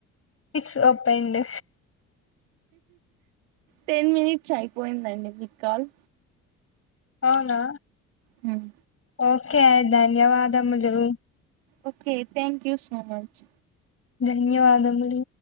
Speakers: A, on the left; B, on the right.
A: it's opened
B: ten minutes అయిపోయిందండి మీ కాల్
A: అవునా
B: హ్మ్
A: ఓకే ధన్యవాదములు
B: okay thank you so much
A: ధన్యవాదములు